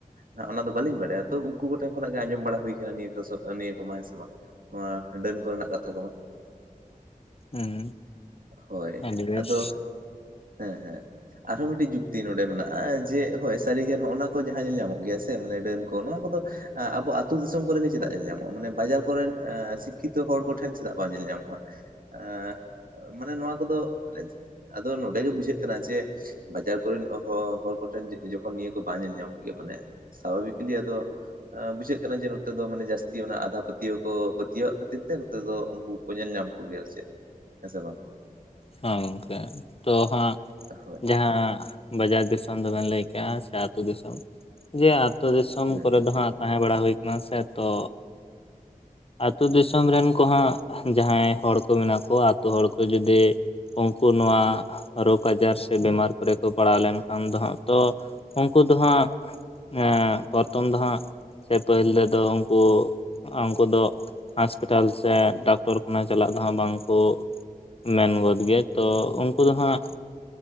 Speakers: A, on the right; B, on the left.
A: ᱦᱟᱸᱜ ᱚᱱᱟ ᱫᱚ ᱵᱟᱹᱞᱤᱧ ᱵᱟᱰᱟᱭᱟ ᱛᱚ ᱩᱱᱠᱩ ᱠᱚᱴᱷᱮᱱ ᱠᱷᱚᱱᱟᱜ ᱜᱮ ᱟᱸᱡᱚᱢ ᱵᱟᱲᱟ ᱦᱩᱭ ᱠᱟᱱᱟ ᱱᱤᱭᱟᱹ ᱠᱚ ᱱᱤᱭᱟᱹ ᱠᱚᱢᱟ ᱦᱮᱸᱥᱮ ᱵᱟᱝ, ᱱᱚᱣᱟ ᱰᱟᱹᱱ ᱠᱚᱨᱮᱱᱟᱜ ᱠᱟᱛᱷᱟ ᱠᱚᱢᱟ
B: ᱦᱩᱸ
A: ᱦᱳᱭ
B: ᱟᱹᱰᱤ ᱵᱮᱥ
A: ᱟᱫᱚ ᱦᱮᱸ ᱦᱮᱸ ᱟᱨᱦᱚᱸ ᱢᱤᱫᱴᱤᱡ ᱡᱩᱠᱛᱤ ᱱᱚᱸᱰᱮ ᱢᱮᱱᱟᱜᱼᱟ ᱡᱮ ᱦᱳᱭ ᱥᱟᱹᱨᱤ ᱜᱮ ᱱᱚᱜᱼᱚᱭ ᱱᱚᱣᱟ ᱠᱚ ᱡᱟᱦᱟᱸ ᱧᱮᱞ ᱧᱟᱢᱚᱜ ᱜᱮᱭᱟ ᱥᱮ ᱢᱟᱱᱮ ᱰᱟᱹᱱ ᱠᱚ ᱱᱚᱣᱟ ᱠᱚᱫᱚ ᱟᱸ ᱟᱵᱚ ᱟᱹᱛᱩ ᱫᱤᱥᱚᱢ ᱠᱚᱨᱮ ᱜᱮ ᱪᱮᱫᱟᱜ ᱧᱮᱞ ᱧᱟᱢᱚᱜᱼᱟ, ᱢᱟᱱᱮ ᱵᱟᱡᱟᱨ ᱠᱚᱨᱮᱱ ᱮᱸ ᱥᱤᱠᱠᱷᱤᱛᱚ ᱦᱚᱲ ᱠᱚᱴᱷᱮᱱ ᱪᱮᱫᱟᱜ ᱵᱟᱝ ᱧᱮᱞ ᱧᱟᱢᱚᱜᱼᱟ᱾ ᱮᱸ ᱢᱟᱱᱮ ᱱᱚᱣᱟ ᱠᱚᱫᱚ ᱟᱫᱚ ᱱᱚᱸᱰᱮ ᱜᱮ ᱵᱩᱡᱷᱟᱹᱜ ᱠᱟᱱᱟ ᱡᱮ ᱵᱟᱡᱟᱨ ᱠᱚᱨᱮᱱ ᱦᱚ ᱦᱚᱲ ᱠᱚᱴᱷᱮᱱ ᱡᱚ ᱡᱚᱠᱷᱚᱱ ᱱᱤᱭᱟᱹ ᱠᱚ ᱵᱟᱝ ᱧᱮᱞ ᱧᱟᱢᱚᱜ ᱜᱮᱭᱟ᱾ ᱢᱟᱱᱮ ᱥᱟᱵᱷᱟᱵᱤᱠᱞᱤ ᱟᱫᱚ ᱟᱸ ᱵᱩᱡᱷᱟᱹᱜ ᱠᱟᱱᱟ ᱡᱮ ᱱᱚᱛᱮ ᱫᱚ ᱢᱟᱱᱮ ᱡᱟᱹᱥᱛᱤ ᱚᱱᱟ ᱟᱸᱫᱷᱟ ᱯᱟᱹᱛᱤᱭᱟᱹᱣ ᱠᱚ ᱯᱟᱹᱛᱤᱭᱟᱹᱣᱟᱜ ᱠᱷᱟᱹᱛᱤᱨ ᱛᱮ ᱱᱚᱛᱮ ᱫᱚ ᱩᱱᱠᱩ ᱧᱮᱞ ᱧᱟᱢ ᱠᱚ ᱜᱮᱭᱟ ᱪᱮᱫ ᱦᱮᱸ ᱥᱮ ᱵᱟᱝ
B: ᱦᱮᱸ ᱜᱚᱝᱠᱮ ᱛᱚ ᱦᱟᱸᱜ
A: ᱦᱳᱭ
B: ᱡᱟᱦᱟᱸ
A: ᱦᱳᱭ
B: ᱵᱟᱡᱟᱨ ᱫᱤᱥᱚᱢ ᱫᱚ ᱵᱮᱱ ᱞᱟᱹᱭ ᱠᱮᱜᱼᱟ ᱥᱮ ᱟᱹᱛᱩ ᱫᱤᱥᱚᱢ ᱡᱮ ᱟ. ᱛᱩ ᱫᱤᱥᱚᱢ
A: ᱦᱮᱸ ᱦᱮᱸ
B: ᱠᱚᱨᱮ
A: ᱦᱮᱸ
B: ᱫᱚ ᱦᱟᱸᱜ ᱛᱟᱦᱮᱸ ᱵᱟᱲᱟ ᱦᱩᱭ ᱟᱠᱟᱱᱟ᱾ ᱥᱮ ᱛᱚ ᱟᱹᱛᱩ ᱫᱤᱥᱚᱢ ᱨᱮᱱ ᱠᱚ ᱦᱟᱸᱜ ᱡᱟᱦᱟᱸᱭ ᱦᱚᱲ ᱠᱚ ᱢᱮᱱᱟᱜ ᱠᱚᱣᱟ ᱟᱹᱛᱩ ᱦᱚᱲ ᱠᱚ ᱡᱩᱫᱤ ᱩᱱᱠᱩ ᱱᱚᱣᱟ ᱨᱳᱜᱽ ᱟᱡᱟᱨ ᱥᱮ ᱵᱮᱢᱟᱨ ᱠᱚᱨᱮ ᱠᱚ ᱯᱟᱲᱟᱣ ᱞᱮᱱᱠᱷᱟᱱ ᱫᱚ ᱦᱟᱸᱜ ᱛᱚ ᱩᱱᱠᱩ ᱫᱚ ᱦᱟᱸᱜ ᱮᱸ ᱯᱚᱨᱛᱷᱚᱢ ᱫᱚ ᱦᱟᱸᱜ ᱥᱮ ᱯᱟᱹᱦᱤᱞ ᱨᱮᱫᱚ ᱩᱱᱠᱩ ᱩᱱ ᱠᱩ ᱫᱚ ᱦᱟᱥᱯᱤᱴᱟᱞ ᱥᱮ ᱰᱟᱠᱴᱚᱨ ᱠᱷᱟᱱᱟ ᱪᱟᱞᱟᱜ ᱫᱚ ᱦᱟᱸᱜ ᱵᱟᱝ ᱠᱚ ᱢᱮᱱ ᱜᱚᱫ ᱜᱮᱭᱟ ᱛᱚ, ᱩᱱᱠᱩ ᱫᱚ ᱦᱟᱸᱜ